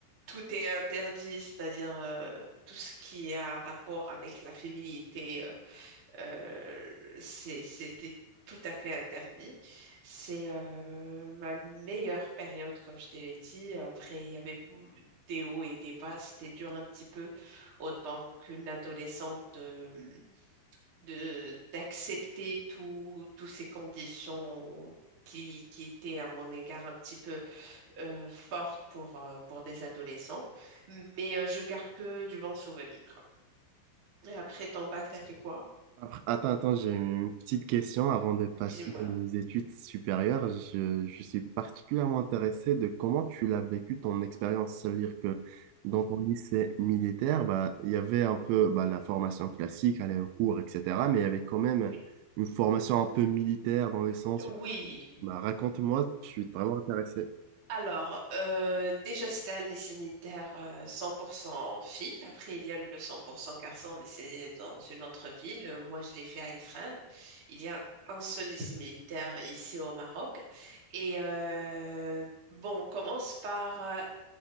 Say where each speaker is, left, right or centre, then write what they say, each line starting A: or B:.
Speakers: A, on the right; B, on the right.
A: tout est interdit, c'est-à-dire euh, tout ce qui a rapport avec la féminité euh, c'est- c'était tout à fait interdit. C'est euh, ma meilleure période, comme je te l'ai dit. Après, il y avait beau- des hauts et des bas. C'était dur un petit peu, autant qu'une adolescente, de, de- d'accepter tout, toutes ces conditions. Qui, qui étaient, à mon égard un petit peu euh, fortes pour, euh, pour des adolescents, mais euh, je garde que du bon souvenir. Et après ton bac, t'as fait quoi?
B: Après- Attends, attends, j'ai une petite question avant de passer
A: Dis-moi.
B: aux études supérieures. Je, je suis particulièrement intéressé de comment tu l'as vécu ton expérience. Ça veut dire que dans ton lycée militaire, bah, il y avait un peu bah, la formation classique, aller au cours, etc. Mais il y avait quand même
A: Oui.
B: une formation un peu militaire dans le sens
A: Oui,
B: où, bah, raconte-moi, je suis vraiment intéressé.
A: alors euh, déjà c'était un lycée militaire euh, 100% filles. Après il y a le 100% garçons, mais c'est dans une autre ville. Euh, Moi je l'ai fait à Ifrane. Il y a un seul lycée militaire ici au Maroc. Et euh, bon, on commence par euh,